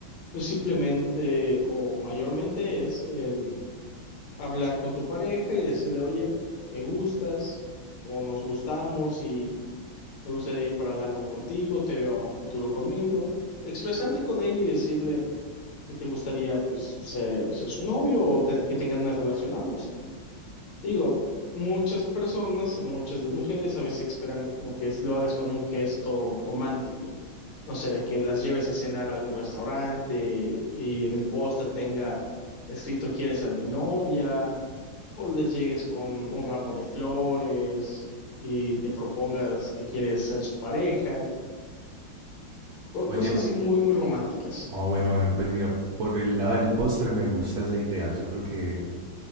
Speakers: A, on the left; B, on the right.
A: Pues simplemente o mayormente es el hablar con tu pareja y decirle, oye, me gustas o nos gustamos y me gustaría ir para largo contigo, te veo a futuro conmigo. Expresarte con ella y decirle que te gustaría pues ser, ser su novio o te- que tengan una relación ambos. Digo, muchas personas, muchas de mujeres, a veces esperan como que lo hagas con un gesto romántico. No sé, de que las lleves a cenar a algún restaurante y en el póster tenga escrito ¿Quieres ser mi novia? O les llegues con un ramo de flores y te propongas que quieres ser su pareja. Co-
B: Oye,
A: cosas así muy, muy románticas.
B: Oh, bueno, bueno, pues mira, por el lado del postre me gusta esa idea. Yo creo que